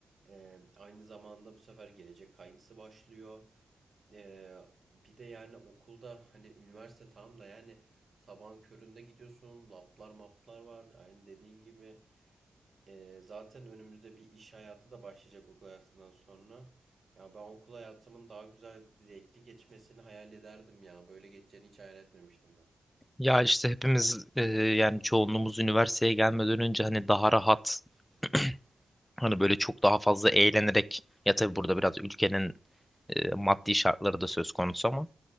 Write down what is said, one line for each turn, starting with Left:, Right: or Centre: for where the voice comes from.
Right: Ee, aynı zamanda bu sefer gelecek kaygısı başlıyor. Ee, bir de yani okulda hani üniversite tam da yani sabahın köründe gidiyorsun lablar maplar var aynı dediğin gibi. Ee, zaten önümüzde bir iş hayatı da başlayacak okul hayatından sonra. Ya ben okul hayatımın daha güzel, zevkli geçmesini hayal ederdim ya. Böyle geçeceğini hiç hayal etmemiştim ben.
Left: Ya işte hepimiz e, yani çoğunluğumuz üniversiteye gelmeden önce hani daha rahat <clears throat> hani böyle çok daha fazla eğlenerek ya tabii burada biraz ülkenin e, maddi şartları da söz konusu ama